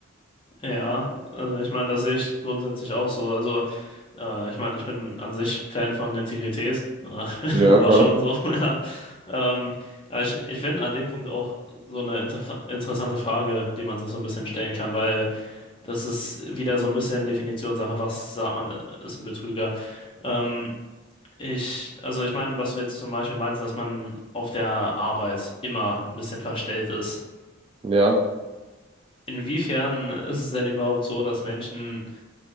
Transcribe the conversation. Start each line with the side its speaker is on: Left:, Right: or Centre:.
Left: ja. Also ich meine, das sehe ich grundsätzlich auch so. Also, äh, ich meine, ich bin an sich Fan von Integrität. Äh,
Right: Ja,
Left: <laughs> Überraschung
Right: klar.
Left: so, <laughs> ja. Ähm, aber ich, ich finde an dem Punkt auch so eine inter interessante Frage, die man sich so ein bisschen stellen kann, weil das ist wieder so ein bisschen Definitionssache, was sagt man, äh, ist ein Betrüger? Ähm, Ich, also ich meine, was du jetzt zum Beispiel meinst, dass man auf der Arbeit immer ein bisschen verstellt ist.
Right: Ja,
Left: Inwiefern ist es denn überhaupt so, dass Menschen